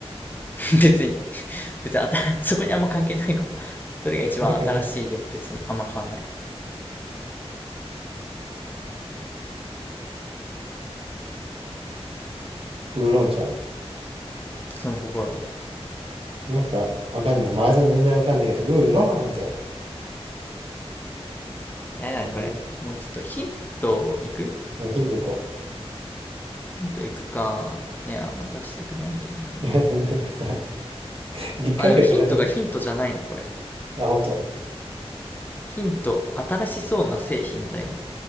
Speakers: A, on the left (about 15°); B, on the right (about 60°).
A: <laughs> 別に、別にあた、<laughs> そこにあんま関係ないかも。どれが一番新しいでも別にあんま変わんない。
B: なんか、ウーロンちゃん。
A: その心は。
B: なんか、わかんない。麻雀全然わかんないけど、ウーロンみたいな。
A: 誰だね、
B: う
A: これ。もうちょっとヒントいく
B: んヒントいこ
A: ヒントいくか。いやー、まあ出したくないけどな、ヒント。
B: う。いや、なんかさ、理解力なさすぎ。
A: あ、でもヒントがヒントじゃないな、これ。
B: あ、ほんと。
A: ヒント、新しそうな製品だよ。